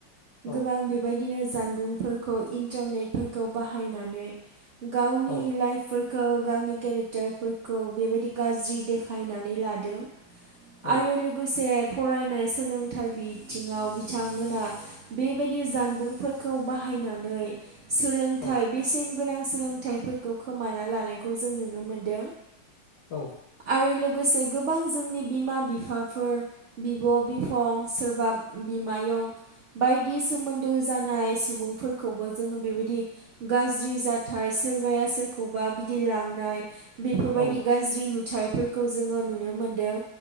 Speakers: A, on the left; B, on the right.
A: औ
B: गोबां बेबायदिनो जानबुंफोरखौ इन्टारनेट फोरखौ बाहायनानै गावनि
A: औ
B: लाइफ फोर खो गावनि केरेग टार फोरखौ बेबायदि जि देखायनानै लादों
A: औ
B: आरो लोगोसे फरायनाय सोलोंथाइ बिथिंङाव बिथांमोना बेबायदि जानबुंफोर खौ बाहायना नै सोलोंथाइ
A: औ
B: बेसेन गोनां सोलोंथाइफोर खौ खोमाना लानायखौ जों नुनो मोनदों।
A: औ
B: आरो लोगोसे गोबां जोंनि बिमा, बिफाफोर, बिब', बिफं सोरबा बिमायं बायदि सोमोन्दो जानाय सुबुंफोरखौबो जोंङो बेबायदि गाज्रि जाथाय सोरबाया सोरखौबा बिदि लांनाय बेफोर बायदि
A: औ
B: गाज्रि नुथाइफोरखौ जोंङो नुनो मोन्दों।